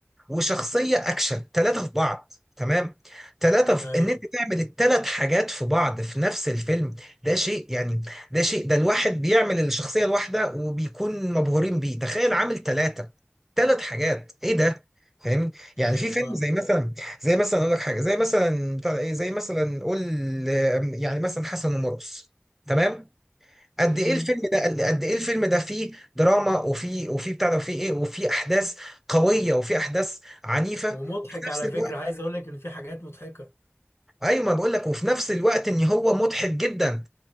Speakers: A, in the centre; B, on the left (about 80°).
A: وشخصية أكشن ثلاثة في بعض تمام ثلاثة في
B: أيوه
A: إن أنت تعمل الثلاث حاجات في بعض في نفس الفيلم ده شيء يعني ده شيء ده الواحد بيعمل الشخصية الواحدة وبيكون مبهورين بيه تخيل عامل ثلاثة ثلاث حاجات إيه ده فاهمني يعني
B: أيوه
A: في فيلم
B: فاهمك
A: زي مثلا زي مثلا اقول لك حاجه زي مثلا بتاع ده ايه زي مثلا قول آم، يعني مثلا حسن ومرقص تمام قد
B: امم
A: ايه الفيلم ده قد قد ايه الفيلم ده فيه دراما وفيه وفيه بتاع ده وفيه ايه وفيه احداث قويه وفيه احداث عنيفه
B: ومضحك
A: وفي نفس
B: على
A: الوقت
B: فكرة عايز أقول لك إن في حاجات مضحكة
A: ايوه ما بقول لك وفي نفس الوقت ان هو مضحك جدا